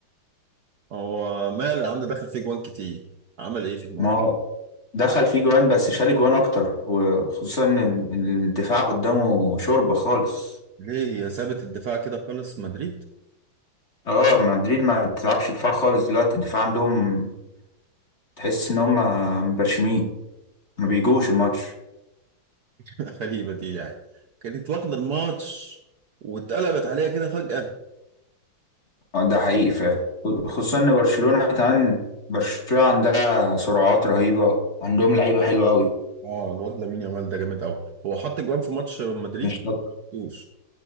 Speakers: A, on the right (about 65°); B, on the left (about 35°).
A: هو ماله يا عم دخل فيه جوان كتير عمل ايه في الماتش
B: ما هو دخل فيه جوان بس شال جوان اكتر وخصوصا ان إن الدفاع قدامه شوربة خالص
A: ليه سابت الدفاع كده خالص مدريد
B: اه مدريد ما تلعبش دفاع خالص دلوقتي الدفاع عندهم تحس ان هم مبرشمين ما بيجوش الماتش
A: <laughs> غريبة دي يعني كانت واخدة الماتش واتقلبت عليها كده فجأة
B: آه، ده حقيقي فعلا خصوصا ان برشلونة كمان برشلونة عندها سرعات رهيبة عندهم لعيبة حلوة قوي
A: اه الواد لامين يامال ده جامد قوي هو حط جوان في ماتش مدريد
B: مش طب...
A: مش